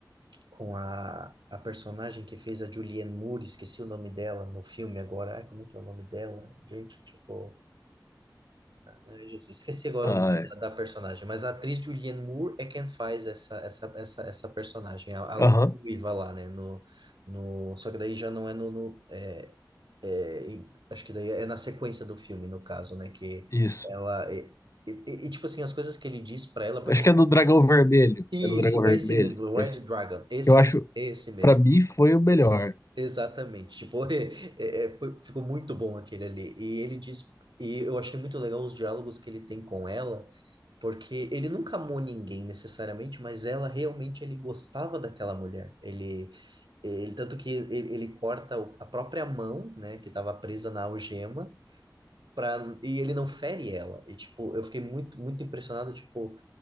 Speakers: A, on the right; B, on the left.
A: com a, a personagem que fez a Julianne Moore, esqueci o nome dela no filme agora. Ai, como é que é o nome dela? Gente, tipo, ai, Jesus, esqueci agora
B: Ah,
A: o nome da,
B: é.
A: da personagem, mas a atriz Julianne Moore é quem faz essa essa essa, essa personagem, a, a
B: Aham,
A: ruiva lá, né, no no só que daí já não é no, no é, em- acho que daí é na sequência do filme, no caso, né, que
B: isso.
A: ela e, e- e, tipo assim, as coisas que ele diz pra ela, porque
B: Acho que é no Dragão Vermelho.
A: isso,
B: É no Dragão Vermelho.
A: esse mesmo,
B: que
A: Red
B: essa-
A: Dragon, esse,
B: que eu acho,
A: mesmo, esse mesmo.
B: pra mim, foi o melhor.
A: Exatamente, tipo, <laughs> é- é- é, foi- ficou muito bom aquele ali. E ele diz, e eu achei muito legal os diálogos que ele tem com ela, porque ele nunca amou ninguém necessariamente, mas ela realmente ele gostava daquela mulher. Ele, ele tanto que ele, ele corta o- a própria mão, né, que estava presa na algema, pra, e ele não fere ela. E tipo, eu fiquei muito, muito impressionado, tipo